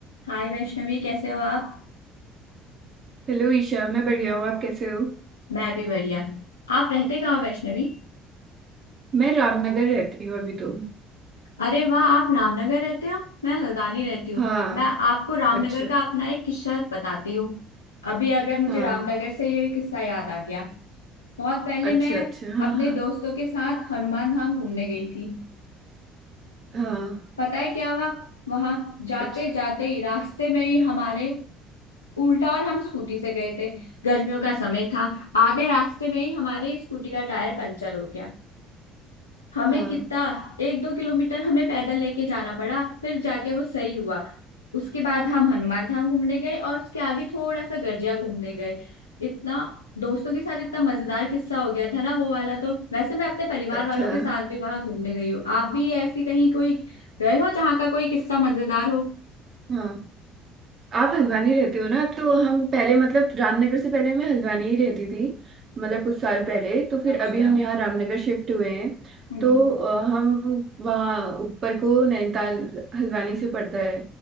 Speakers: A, on the left (about 85°); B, on the right (about 45°).
A: हाय वैष्णवी कैसे हो आप
B: Hello Isha मैं बढ़िया हूँ आप कैसे हो
A: मैं भी बढ़िया आप रहते कहाँ हो वैष्णवी
B: मैं रामनगर रहती हूँ अभी तो
A: अरे वाह आप रामनगर रहते हो मैं हल्द्वानी रहती हूँ
B: हाँ
A: मैं आपको रामनगर
B: अच्छा
A: का अपना एक किस्सा बताती हूँ अभी अगर मुझे
B: हाँ
A: रामनगर से ये किस्सा याद आ गया बहुत पहले
B: अच्छा
A: मैं
B: अच्छा हाँ
A: अपने
B: हाँ
A: दोस्तों के साथ हनुमान धाम घूमने गई थी
B: हाँ
A: पता है क्या हुआ वहां जाते
B: अच्छा
A: जाते ही रास्ते में ही हमारे उल्टा और हम स्कूटी से गए थे गर्मियों का समय था आधे रास्ते में ही हमारे स्कूटी का टायर पंचर हो गया हमें
B: हाँ
A: कितना एक दो किलोमीटर हमें पैदल लेके जाना पड़ा फिर जाके वो सही हुआ उसके बाद हम हनुमान धाम घूमने गए और उसके आगे थोड़ा सा गर्जिया घूमने गए इतना दोस्तों के साथ इतना मजेदार किस्सा हो गया था ना वो वाला तो वैसे मैं अपने परिवार
B: अच्छा
A: वालों के साथ भी वहां घूमने गई हूँ आप भी ऐसी कहीं कोई गए हो जहाँ का कोई किस्सा मजेदार हो
B: हाँ आप हल्द्वानी रहते हो ना तो हम पहले मतलब रामनगर से पहले मैं हल्द्वानी ही रहती थी मतलब कुछ साल पहले तो फिर
A: अच्छा
B: अभी हम यहाँ रामनगर शिफ्ट हुए हैं
A: हम्म
B: तो अ, हम वहाँ ऊपर को नैनीताल हल्द्वानी से पड़ता है